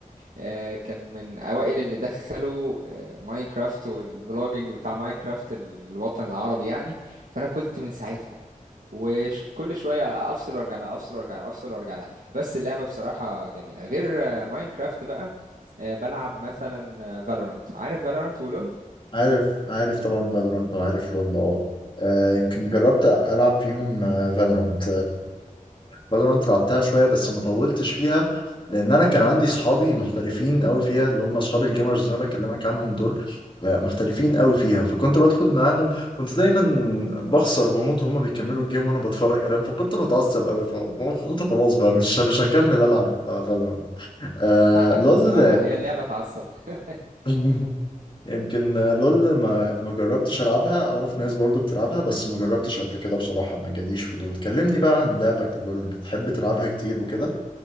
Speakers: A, on the right; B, on the left.
A: آه، كان من اوائل اللي دخلوا آه، ماينكرافت والفلوجينج بتاع ماينكرافت الوطن العربي يعني فانا كنت من ساعتها وكل شويه افصل وارجع لها افصل وارجع لها افصل وارجع لها بس اللعبه بصراحه جميله غير آه، ماينكرافت بقى آه، بلعب مثلا فالورانت عارف فالورانت ولول
B: عارف عارف طبعا فالورانت وعارف لول اه آه، يمكن جربت العب فيهم فالورانت فالورانت لعبتها شويه بس ما طولتش فيها لان انا كان عندي اصحابي محترفين قوي فيها اللي هم اصحابي الجيمرز اللي انا بكلمك عنهم دول آه، محترفين قوي فيها فكنت بدخل معاهم كنت دايما بخسر وبموت وهم بيكملوا الجيم وانا بتفرج عليهم فكنت بتعصب قوي فقلت خلاص بقى مش مش هكمل العب فالورانت آه
A: حقك
B: لول
A: بصراحة هي اللعبة تعصب <laughs>
B: <laughs> يمكن لول ما ما جربتش العبها اعرف ناس برضو بتلعبها بس ما جربتش قبل كده بصراحة ما جاليش فضول كلمني بقى عن لعبك لول بتحب تلعبها كتير وكده